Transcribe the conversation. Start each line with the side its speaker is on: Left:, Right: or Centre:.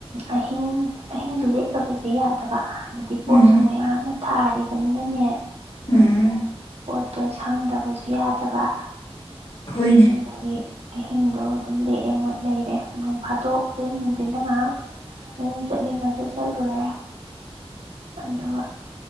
Right: ꯑꯍꯤꯡ ꯑꯍꯤꯡꯁꯨ ꯂꯦꯛꯇꯕꯖꯦ ꯌꯥꯗꯕ ꯍꯥꯏꯗꯤ ꯄꯣꯠꯁꯨ
Left: ꯎꯝ
Right: ꯃꯌꯥꯝ ꯑꯃ ꯊꯥꯔꯤꯕꯅꯤꯅꯅꯦ
Left: ꯎꯝ
Right: ꯄꯣꯠ ꯇꯣ ꯁꯪꯗꯕꯁꯨ ꯌꯥꯗꯕ
Left: ꯍꯣꯏꯅꯦ
Right: ꯑꯗꯨ ꯑꯗꯒꯤ ꯑꯍꯤꯡꯗꯣ ꯑꯗꯨꯝ ꯂꯦꯛꯑꯦ ꯃꯣꯏ ꯂꯩꯔꯦ ꯅꯣꯡ ꯐꯥ ꯗꯣꯛ ꯑꯌꯨꯛ ꯅꯨꯡꯊꯤꯟꯗ ꯉꯥꯏꯍꯥꯛ ꯃꯌꯨꯝ ꯆꯠꯅꯤꯡꯉꯁꯨ ꯆꯠꯂꯨꯔꯦ ꯑꯗꯨꯒ